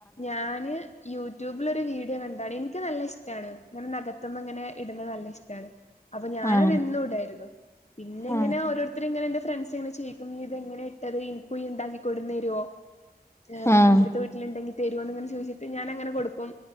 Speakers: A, on the left; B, on the left.
A: ഞാന് യൂട്യൂബിലൊ രു ഒരു വീഡിയോ കണ്ടതാണ് എനിക്ക് നല്ല ഇഷ് ഇഷ്ടാണ് അങ്ങനെ നഗത്ത്മ്മേ ഇങ്ങനെ ഇടുന്നത് നല്ല ഇഷ്ടമാണ് അപ്പൊ ഞാനത്
B: ആഹ്
A: എന്നും ഇടായിരുന്നു പിന്നെ എങ്ങനെ
B: ആഹ്
A: ഓരോരുത്തർ ഇങ്ങനെ എ ഫ്രണ്ട്സ് എങ്ങനെ ച്യക്കും നീ ഇത എങ്ങനെ ഇട്ടത് ഇന്ക്കും ഉണ്ടാക്കി കൊടുന്ന് തരൂ ഏ
B: ആഹ്
A: അന്റെ അടുത്ത് വീട്ടിലുണ്ടെങ്കി തരു എന്ന്ങ്ങനെ ചോദിച്ചിട്ട് ഞാനങ്ങനെ കൊടുക്കും